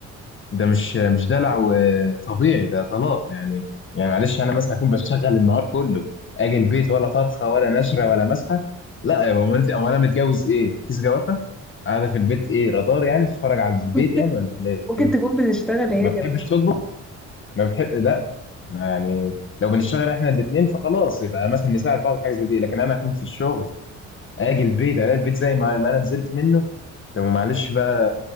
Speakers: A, on the left (about 40°); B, in the centre.
A: ده مش مش دلع وطبيعي ده طلاق يعني يعني معلش انا مثلا اكون بشتغل النهار كله اجي البيت ولا طبخه ولا نشره ولا مسحه لا يا بابا انت امال انا متجوز ايه كيس جوافه قاعده في البيت ايه رادار يعني بتتفرج على
B: <laughs>
A: البيت يعني ولا
B: ممكن
A: ايه
B: تكون بتشتغل هي
A: ما بتحبش
B: كمان
A: تطبخ ما بتحب لا يعني لو بنشتغل احنا الاثنين فخلاص يبقى مثلا نساعد بعض في حاجه زي دي لكن انا اكون في الشغل اجي البيت الاقي البيت زي ما, ما انا نزلت منه طب معلش بقى